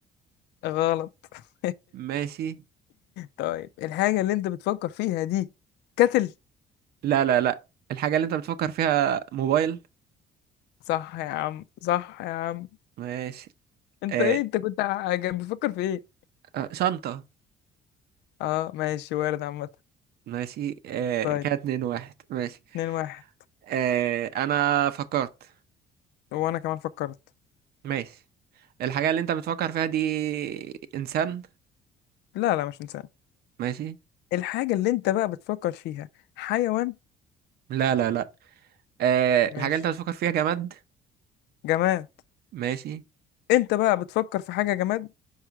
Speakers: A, on the left; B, on the right.
A: غلط <laughs>
B: ماشي
A: طيب الحاجه اللي انت بتفكر فيها دي كتل
B: لا لا لا الحاجة اللي انت بتفكر فيها موبايل
A: صح يا عم صح يا عم
B: ماشي
A: انت
B: آه...
A: ايه انت كنت ع- بتفكر في ايه
B: آه، شنطة
A: اه ماشي وارد عامه
B: ماشي آه...
A: طيب
B: كده اتنين واحد ماشي
A: اتنين واحد
B: آه... انا فكرت
A: وانا كمان فكرت
B: ماشي الحاجة اللي انت بتفكر فيها دي انسان
A: لا لا مش انسان
B: ماشي
A: الحاجة اللي انت بقى بتفكر فيها حيوان
B: لا لا لا آه...
A: ماشي
B: الحاجة اللي انت بتفكر فيها جماد
A: جماد
B: ماشي
A: انت بقى بتفكر في حاجة جماد